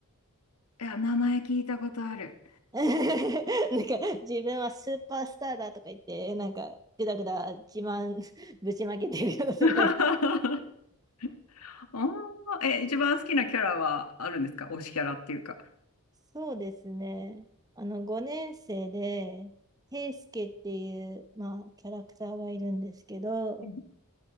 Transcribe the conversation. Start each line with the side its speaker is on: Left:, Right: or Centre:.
Left: いや、名前聞いたことある。
Right: <laughs> なんか自分はスーパースターだとか言って、なんかぐだぐだ自慢 <laughs> ぶちまけてるような先輩。
Left: <laughs> おーえ、一番好きなキャラはあるんですか推しキャラっていうか。
Right: そうですね。あの、5年生で、平助っていう、まあ、キャラクターがいるんですけど、
Left: うん